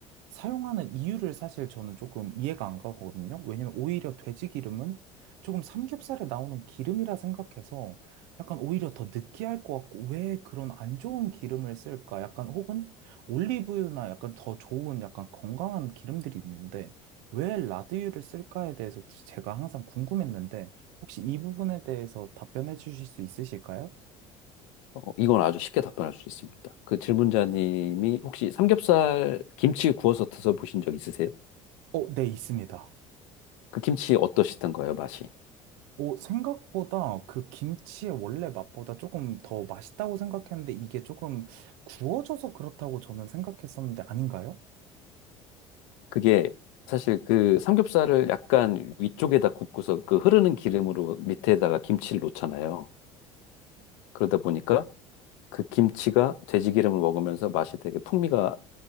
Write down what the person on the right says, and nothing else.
사용하는 이유를 사실 저는 조금 이해가 안 가거든요. 왜냐면 오히려 돼지 기름은 조금 삼겹살에 나오는 기름이라 생각해서 약간 오히려 더 느끼할 것 같고 왜 그런 안 좋은 기름을 쓸까? 약간 혹은 올리브유나 약간 더 좋은 약간 건강한 기름들이 있는데 왜 라드유를 쓸까에 대해서 제가 항상 궁금했는데 혹시 이 부분에 대해서 답변해 주실 수 있으실까요?
어, 네, 있습니다.
오, 생각보다 그 김치의 원래 맛보다 조금 더 맛있다고 생각했는데 이게 조금 구워져서 그렇다고 저는 생각했었는데 아닌가요?